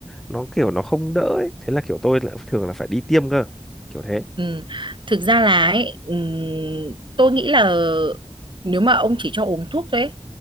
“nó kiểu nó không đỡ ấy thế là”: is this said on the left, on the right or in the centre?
Centre